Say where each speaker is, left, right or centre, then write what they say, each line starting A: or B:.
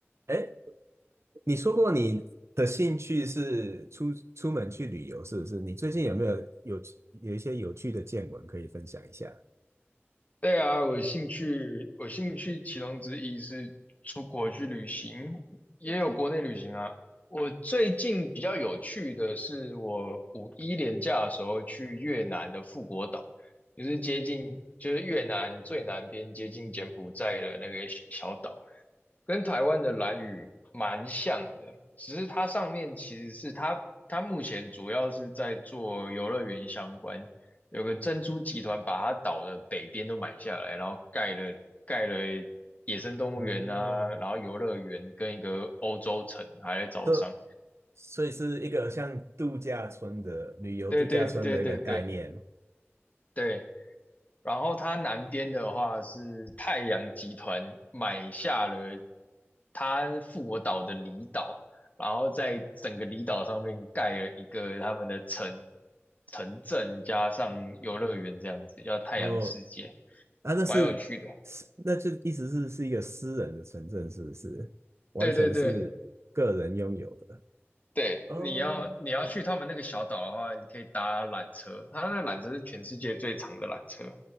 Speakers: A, on the right (about 75°); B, on the left (about 35°).
A: 哎，你说过你的兴趣是出出门去旅游，是不是？你最近有没有有有一些有趣的见闻可以分享一下？
B: 对啊，我兴趣，我兴趣其中之一是出国去旅行，也有国内旅行啊。我最近比较有趣的是，我五一连假的时候去越南的富国岛，就是接近，就是越南最南边接近柬埔寨的那个小岛，跟台湾的兰屿蛮像的，只是它上面其实是它，它目前主要是在做游乐园相关，有个珍珠集团把它岛的北边都买下来，然后盖了盖了野生动物园啊，
A: 哦，
B: 然后游乐园跟一个欧洲城还在招商。
A: 这所以是一个像度假村的旅游度假村的一个概念。
B: 对对对对对对，然后它南边的话是太阳集团买下了它复活岛的离岛，然后在整个离岛上面盖了一个他们的城城镇加上游乐园这样子，叫太阳世界，
A: 哦，啊，那是是，
B: 蛮有趣的。
A: 那就意思是是一个私人的城镇，是不是？完全是个人拥有的。
B: 对对对，对，
A: 哦，
B: 你要你要去他们那个小岛的话，你可以搭缆车，它那缆车是全世界最长的缆车。